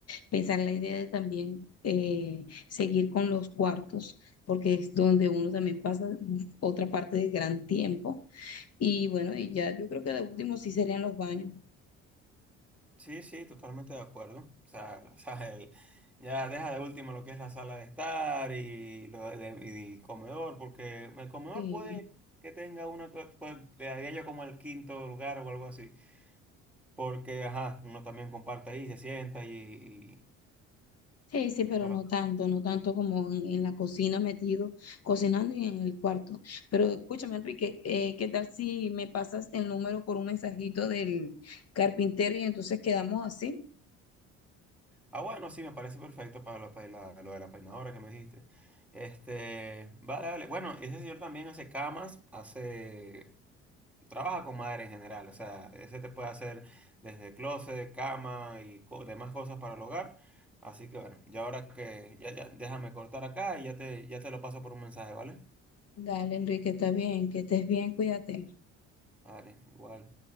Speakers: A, on the left; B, in the centre.
A: pensar en la idea de también eh, seguir con los cuartos, porque es donde uno también pasa otra parte de gran tiempo. Y bueno, y ya yo creo que de último sí serían los baños.
B: Sí, sí, totalmente de acuerdo. O sea, <laughs> o sea, el- ya deja de último lo que es la sala de estar y lo de, de- y el comedor, porque el comedor
A: Sí,
B: puede que tenga una, co- pues le daría yo como el quinto lugar o algo así, porque ajá, uno también comparte ahí, se sienta y,
A: sí, sí,
B: y-
A: pero
B: y toda
A: no
B: la cosa.
A: tanto, no tanto como en, en la cocina metido, cocinando y en el cuarto. Pero escúchame, Enrique, eh, ¿qué tal si me pasas el número por un mensajito del carpintero y entonces quedamos así?
B: Ah, bueno, sí, me parece perfecto para lo, para la- lo de la peinadora que me dijiste. Este, vale, vale. Bueno, ese señor también hace camas, hace Trabaja con madera en general, o sea, ese te puede hacer desde closet, cama y co- demás cosas para el hogar. Así que bueno, ya ahora que ya, ya déjame cortar acá y ya te, ya te lo paso por un mensaje, ¿vale?
A: Dale, Enrique, está bien, que estés bien, cuídate.
B: Vale, igual.